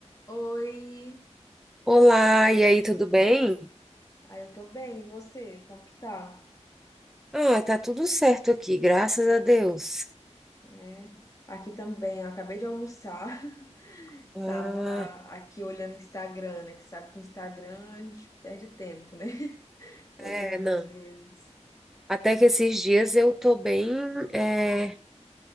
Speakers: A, on the left; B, in the centre.
A: Oi,
B: Olá, e aí, tudo bem?
A: ah, eu tô bem, e você? Como que tá?
B: Ah, tá tudo certo aqui, graças a Deus.
A: É, aqui também, eu acabei de almoçar, <laughs>
B: Ah,
A: tava aqui olhando o Instagram, né? Que sabe que Instagram a gente perde tempo, né? <laughs> Olhando
B: é, não.
A: às vezes.
B: Até que esses dias eu tô bem, é,